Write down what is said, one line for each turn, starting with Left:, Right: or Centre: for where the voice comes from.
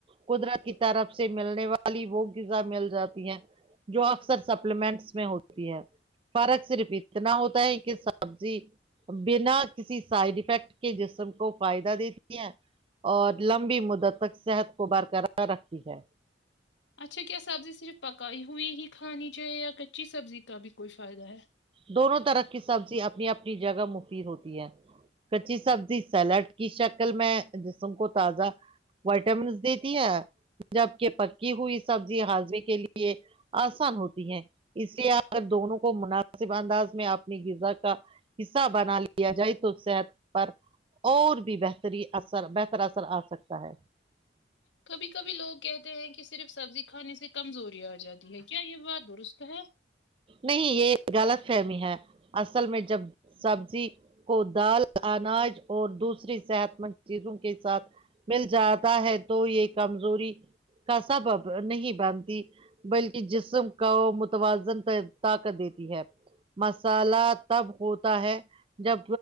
Right: قدرت کی طرف سے ملنے والی وہ غذا مل جاتی ہیں جو اکثر سپلیمنٹس میں ہوتی ہے فرق صرف اتنا ہوتا ہے کہ سبزی بنا کسی سائ فیکٹ کے جسم کو فائدہ دیتی ہے اور لمبی مدت تک صحت کو برقرار رکھتی ہے
Left: اچھا کیا سبزی صرف پکائی ہوئی ہی کھانی چاہے یا اچی سبزی کا بھی کوئی فائدہ ہے
Right: دونوں طرح کی سبزی اپنی اپنی جگہ مفید ہوتی ہے کچی سبزی سیلاڈ کی شکل میں جسم کو تازہ وائٹامنس دیتی ہے جبک پکی ہوئی سبزی ہاضمی کے لیے آسان ہوتی ہے اسے اگر دونوں کو منافع نسب انداز میں اپنی غذا کا حصہ بنا لیا جائے تو صحت پر اور بھی بہتری اثر بہتر اثر آ سکتا ہے
Left: کبھی کبھی لوگ کہتے ہیں کہ صرف سبزی کھانے سے کمزوری آ جاتی ہے کیا یہ بات درست ہے
Right: نہیں یہ غلط فہمی ہے اصل میں جب سبزی کو دال اناج اور دوسری صحت مند چیزوں کے ساتھ مل جاتا ہے تو یہ کمزوری کا سبب نہیں بانتی بلکہ جسم کا توازن پا طاقت دیتی ہے مسالہ تب ہوتا ہے جب